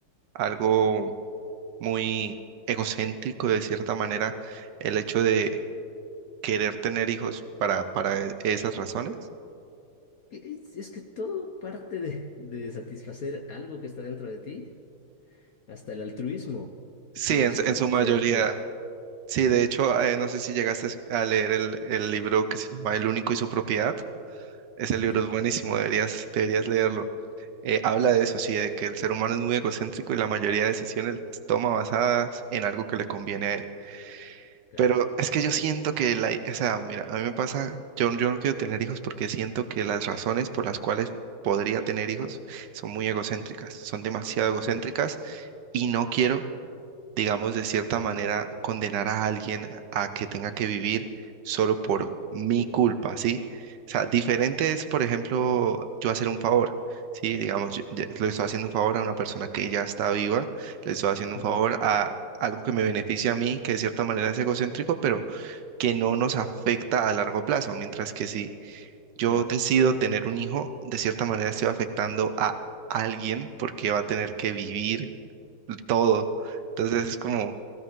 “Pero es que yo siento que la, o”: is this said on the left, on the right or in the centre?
Right